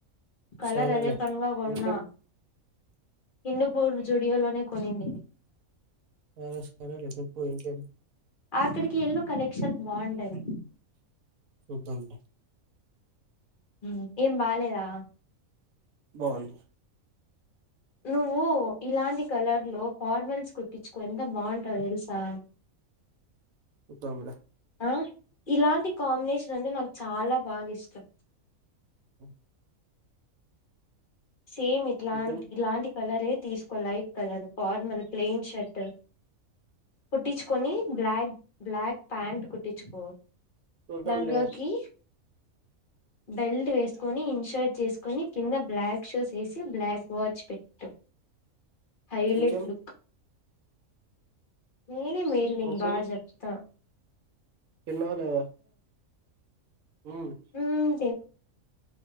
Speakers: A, on the left; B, on the right.
A: కలర్
B: సరేలే
A: అదే పన్గా కొన్నా
B: ఇంకేం
A: హిందూపూర్ జూడియోలోనే కొనింది ది
B: హ సరేలే చెప్పు ఇంకేం
A: అక్కడికి ఎల్లు కలెక్షన్ బాగుంటది
B: చూద్దాం లే
A: ఇంకేం బాలేదా
B: బాగుంది
A: నువ్వు ఇలాంటి కలర్ లో ఫార్మల్స్ కుట్టించుకో ఎంత బాగుంటావో తెలుసా
B: చూద్దాం లే
A: ఆ ఇలాంటి కాంబినేషన్ అంటే నాకు చాలా బాగా ఇష్టం
B: అమ్
A: సేమ్ ఇట్లాంటి
B: ఇంకేం
A: ఇలాంటి కలర్ తీసుకో light colour formal plain shirt కుట్టించుకొని బ్లాక్ బ్లాక్ ప్యాంట్ కుట్టించుకో
B: చూద్దాంలే
A: నల్గ్ లోకి బెల్ట్ వేసుకొని ఇన్షర్ట్ చేసుకొని కింద బ్లాక్ షూసేసి బ్లాక్ వాచ్ పెట్టు హైలెట్
B: ఇంకేం
A: లుక్ నేనే మేల్ నీకు
B: ఇంకేం
A: బా జెప్తా
B: తిన్నావ లేదా ఉమ్
A: మ్మ్